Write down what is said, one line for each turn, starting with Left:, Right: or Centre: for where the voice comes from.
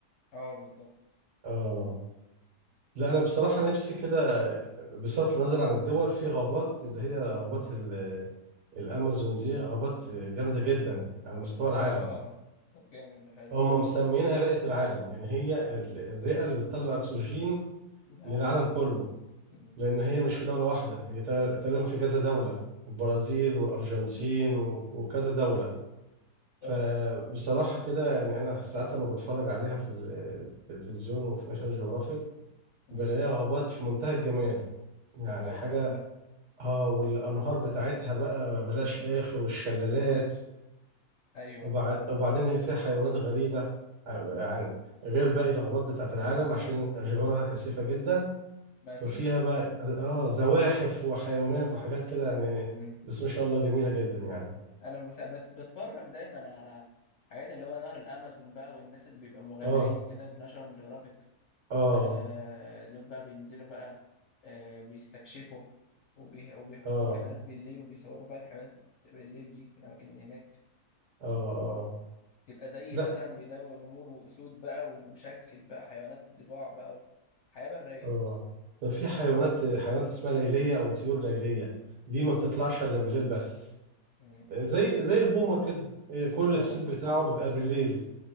Left: اه بالظبط
Right: اه لا انا بصراحه نفسي كده بصرف النظر عن الدول في غابات اللي هي غابات
Left: مم.
Right: ال- الامازون دي غابات جامده جدا على مستوى
Left: اه
Right: العالم
Left: ده جامد ده حلو
Right: هم مسمينها رئه العالم يعني هي ال- الرئه اللي بتطلع اكسجين
Left: العالم
Right: للعالم
Left: كله
Right: كله
Left: مم.
Right: لان هي مش في دوله واحده هي تق- تقريبا في كذا دوله البرازيل والارجنتين و- وكذا دوله
Left: اه
Right: فبصراحه كده يعني انا ساعات لما بتفرج عليها في التلفزيون وفي ناشونال جيوغرافيك
Left: مم.
Right: بلاقيها غابات في منتهى الجمال يعني
Left: طب تحفه
Right: حاجه
Left: والله
Right: اه والانهار بتاعتها بقى ملهاش
Left: مم.
Right: اخر والشلالات
Left: ايوه
Right: وبع- وبعدين هي فيها حيوانات غريبه ع- يعني غير باقي الغابات بتاعت العالم عشان اشجارها كثيفه جدا
Left: ما اكيد
Right: ففيها بقى اه زواحف وحيوانات وحاجات كده يعني
Left: مم.
Right: بس ما شاء الله جميله جدا يعني
Left: انا بس- بت- بتفرج دايما على حاجات اللي هو نهر الامازون بقى والناس اللي بيبقى مغامرين
Right: اه
Left: كده في ناشونال جيوغرافيك
Right: اه
Left: آه دول بقى بينزلوا بقى آه بيستكشفوا وبي... وبيحطوا
Right: اه
Left: كاميرات بالليل وبيصوروا بقى الحيوانات بالليل دي في الاماكن اللي هناك
Right: اه اه
Left: تبقى زي
Right: لا
Left: مثلا بيلاقوا نمور واسود بقى ومشكل بقى حيوانات ضباع بقى وحياة برية
Right: اه ده في حيوانات حيوانات اسمها ليليه او طيور ليليه دي ما
Left: مم.
Right: بتطلعش الا بالليل بس
Left: مم.
Right: زي زي البومة كده آه، كل
Left: اه
Right: الصيت بتاعه بيبقى بالليل